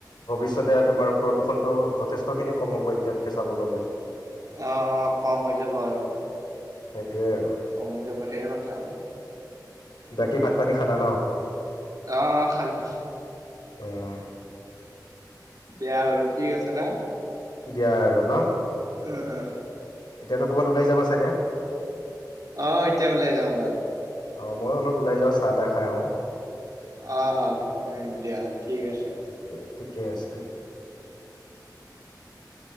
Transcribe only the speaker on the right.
অ অ কম হৈ যাব আৰু
কম যাব সেয়া কথা আৰু
অ অ খালো।
দিয়া বাৰু ঠিক আছে না।
এ-এ
আহ এতিয়া ওলাই যাওঁ অলপ।
অহ অ দিয়া ঠিক আছে
উম।